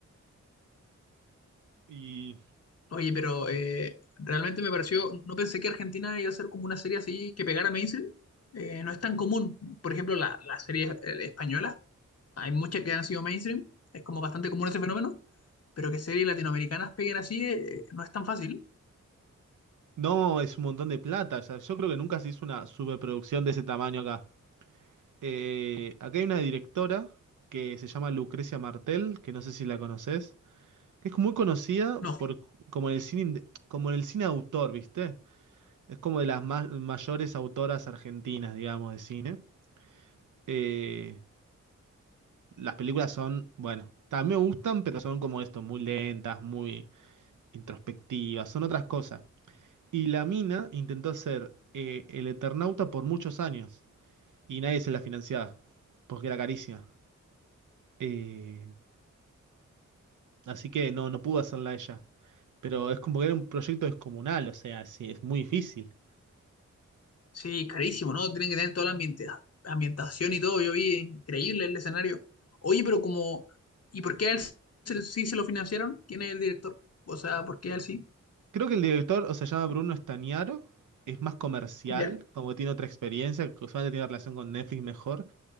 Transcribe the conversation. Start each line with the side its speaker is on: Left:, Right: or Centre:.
Right: y
Left: Oye, pero eh, realmente me pareció, no pensé que Argentina iba a ser como una serie así que pegara mainstream. Eh, no es tan común. Por ejemplo, la, la serie eh, española, hay muchas que han sido mainstream. Es como bastante común ese fenómeno, pero que series latinoamericanas peguen así eh, no es tan fácil.
Right: No, es un montón de plata. O sea, yo creo que nunca se hizo una superproducción de ese tamaño acá. Eh, acá hay una directora que se llama Lucrecia Martel, que no sé si la conoces, que es muy conocida
Left: No.
Right: por, como en el cine, inde- como en el cine autor, ¿viste? Es como de las ma- mayores autoras argentinas, digamos, de cine. Eh, las películas son, bueno, también me gustan, pero son como esto, muy lentas, muy introspectivas, son otras cosas. Y la mina intentó hacer eh, el Eternauta por muchos años y nadie se la financiaba porque era carísima. Eh, así que no, no pudo hacerla ella. Pero es como que era un proyecto descomunal, o sea, sí, es muy difícil.
Left: Sí, carísimo, ¿no? Tienen que tener toda la ambienta- ambientación y todo. Yo vi, eh, increíble el escenario. Oye, pero como, ¿y por qué a él se- sí se lo financiaron? ¿Quién es el director? O sea, ¿por qué a él sí?
Right: Creo que el director, o sea, se llama Bruno Stagnaro, es más comercial,
Left: Ya.
Right: como que tiene otra experiencia, que usualmente tiene relación con Netflix mejor.